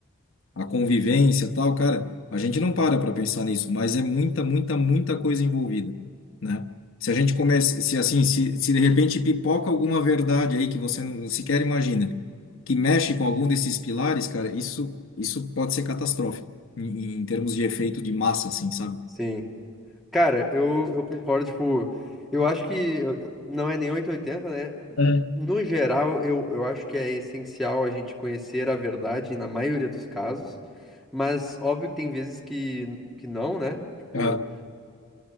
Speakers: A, on the left (about 65°); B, in the centre.
A: a, a convivência e tal, cara, a gente não para para pensar nisso, mas é muita, muita, muita coisa envolvida, né? Se a gente começa, se assim, se, se de repente pipoca alguma verdade aí que você não sequer imagina, que mexe com algum desses pilares, cara, isso, isso pode ser catastrófico em, em termos de efeito de massa, assim, sabe?
B: sim. Cara, eu, eu concordo, tipo, eu acho que eu- não é nem 880, né?
A: É.
B: No geral, eu, eu acho que é essencial a gente conhecer a verdade na maioria dos casos, mas óbvio que tem vezes que, que não, né? Tipo.
A: Ah,